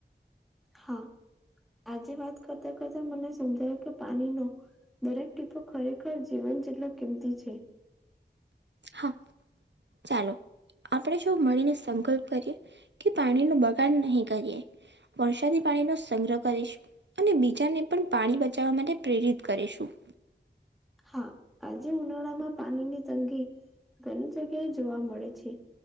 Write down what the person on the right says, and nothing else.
હા ચાલો. આપણે જો મળીને સંકલ્પ કરીએ કે પાણી નું બગાડ નહી કરીએ. વરસાદી પાણી નો સંગ્રહ કરીશું અને બીજાને પણ પાણી બચાવવા માટે પ્રેરિત કરીેશું.